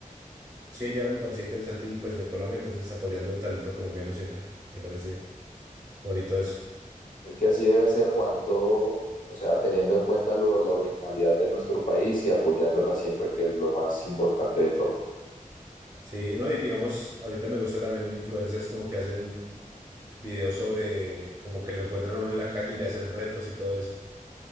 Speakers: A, on the right; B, on the left.
A: Sí, ya me parecía interesante y pues de Colombia, entonces apoyando el talento colombiano siempre. Me parece bonito eso.
B: Es que así debe ser, Juan, todo, o sea, teniendo en cuenta lo- la originalidad de nuestro país y apoyándola siempre, que es lo más importante de todo.
A: Sí, no, y digamos, ahorita me gusta también influencers como que hacen videos sobre como que lo encuentran a uno en la calle y le hacen retos y todo eso.